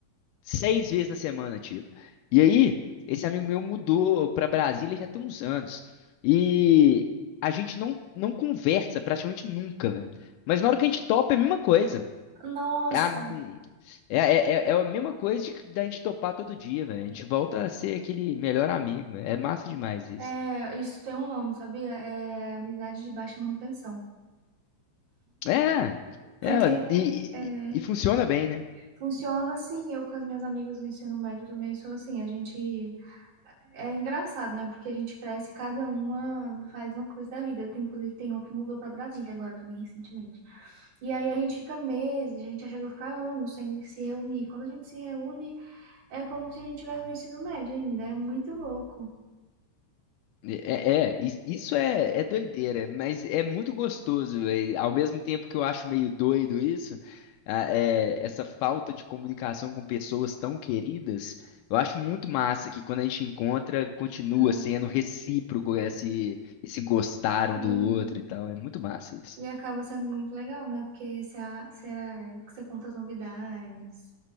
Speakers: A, on the left; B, on the right.
A: seis vezes na semana, tipo. E aí, esse amigo meu mudou pra Brasília já tem uns anos. E a gente não, não conversa praticamente nunca, velho. Mas na hora que a gente topa, é a mesma coisa.
B: Nossa,
A: É a, é, é, é é a mesma coisa de, da gente topar todo dia, velho. A gente volta a ser aquele melhor amigo, velho. É massa demais isso.
B: é, isso tem um nome, sabia? É amizade de baixa manutenção.
A: É, é,
B: Porque
A: e,
B: é,
A: e funciona bem, né?
B: funciona assim, eu com as minhas amigas do ensino médio também sou assim, a gente é engraçado, né? Porque a gente cresce, cada uma faz uma coisa da vida. Eu tenho, inclusive, tem uma que mudou pra Brasília agora também recentemente. E aí a gente fica meses, a gente já chegou a ficar anos sem se reunir. Quando a gente se reúne, é como se a gente tivesse no ensino médio ainda, é muito louco.
A: É, é, is- isso é, é doideira, mas é muito gostoso. é, ao mesmo tempo que eu acho meio doido isso, a- é, essa falta de comunicação com pessoas tão queridas, eu acho muito massa que quando a gente encontra, continua
B: Ah,
A: sendo recíproco esse, esse gostaram
B: Sim.
A: do outro e tal. É muito massa isso.
B: E acaba sendo muito legal, né? Porque você, a- você, a- você conta as novidades.